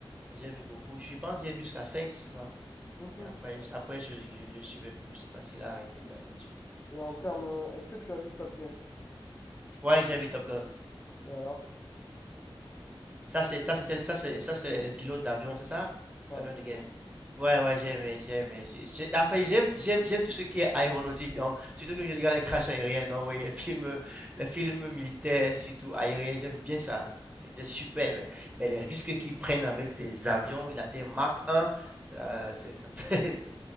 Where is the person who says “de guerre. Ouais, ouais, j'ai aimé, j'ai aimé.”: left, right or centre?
Right